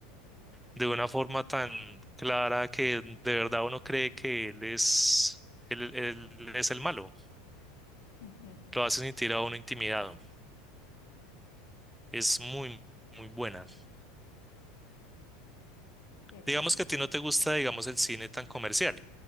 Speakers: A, in the centre; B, on the left.
A: de una forma tan clara que de verdad uno cree que él es, él, él es el malo.
B: <laughs>
A: Lo hace sentir a uno intimidado. Es muy, muy buena.
B: Qué bien.
A: Digamos que a ti no te gusta, digamos, el cine tan comercial,